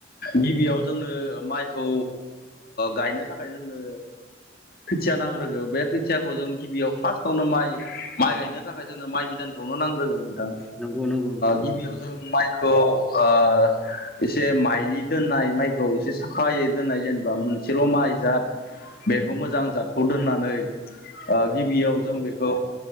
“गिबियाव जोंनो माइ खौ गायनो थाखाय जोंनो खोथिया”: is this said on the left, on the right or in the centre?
Left